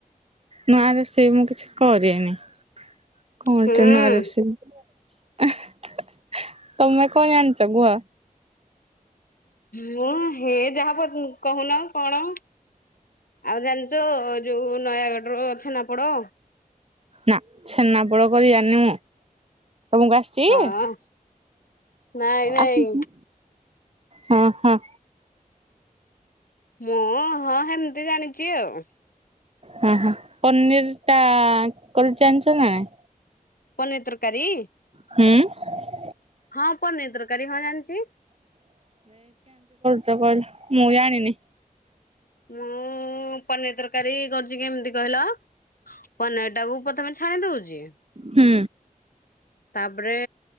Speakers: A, on the right (about 45°); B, on the left (about 80°).
A: ନୂଆ ରୋଷେଇ ମୁଁ କିଛି କରିନି କଣ ଗୋଟେ
B: ହୁଁ
A: ନୂଆ ରୋଶେଇ ତମେ କଣ ଜାନିଚ କୁହ?
B: ମୁଁ ହେ ଯାହା କ କହୁନ କଣ ଆଉ ଜାଣିଚ ଯୋଉ ନୟାଗଡ ର ଛେନା ପୋଡ଼
A: ନା ଛେନା ପୋଡ଼ କରି ଯାଣିନି ମୁଁ ତମକୁ ଆସିଛି?
B: ହଁ ନାଇଁ ନାଇଁ
A: ଆସିଚି ହଁ ହଁ।
B: ମୁଁ ହଁ ହେମତି ଜାଣିଛି ଆଉ।
A: ହ ହ ପନିର୍ ଟା କରି ଜାଣିଛ ନା ନାଇ?
B: ପନିର୍ ତରକାରୀ?
A: ହୁଁ।
B: ହଁ ପନିର୍ ତରକାରୀ ହଁ ଜାଣିଚି।
A: ତ କହିଲି ମୁଁ ଯାଣିନି।
B: ମୁ ପନିର୍ ତରକାରୀ କରୁଛି କେମିତି କହିଲ ପନିର ଟାକୁ ପ୍ରଥମେ ଛାଣି ଦଉଚି
A: ହୁଁ।
B: ତାପରେ